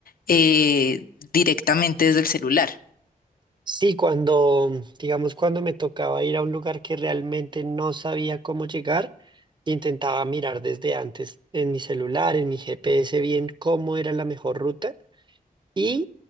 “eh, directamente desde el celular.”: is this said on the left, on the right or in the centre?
Left